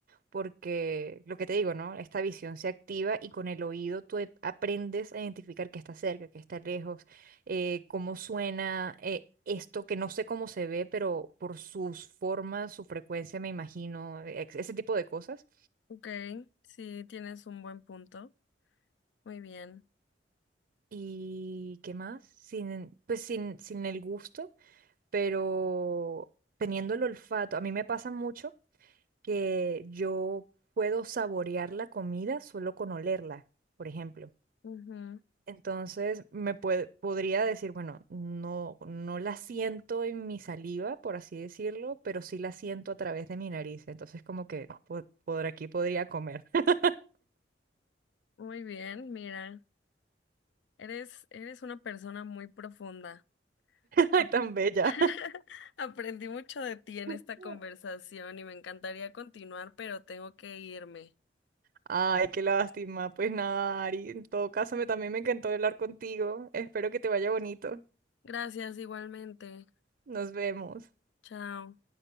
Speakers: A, on the right; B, on the left.
A: porque lo que te digo, ¿no? Esta visión se activa y con el oído tú e- aprendes a identificar que está cerca, que está lejos eh, cómo suena eh, esto, que no sé cómo se ve, pero por sus formas, su frecuencia, me imagino, ex- ese tipo de cosas.
B: Ok, sí, tienes un buen punto. Muy bien.
A: ¿Y qué más? Sin, pues sin, sin el gusto, pero teniendo el olfato. A mí me pasa mucho que yo puedo saborear la comida solo con olerla, por ejemplo.
B: Ujú,
A: Entonces me puede- podría decir, bueno, no, no la siento en mi saliva, por así decirlo, pero sí la siento a través de mi nariz. Entonces como que po- por aquí podría comer. <laughs>
B: Muy bien, mira, eres, eres una persona muy profunda.
A: Ay,
B: Ap-
A: tan bella.
B: <laughs> Aprendí mucho de ti
A: <laughs>
B: en esta conversación y me encantaría continuar, pero tengo que irme.
A: Ay, qué lástima. Pues nada, Ari, en todo caso me, también me encantó hablar contigo. Espero que te vaya bonito.
B: Gracias igualmente.
A: Nos vemos.
B: Chao.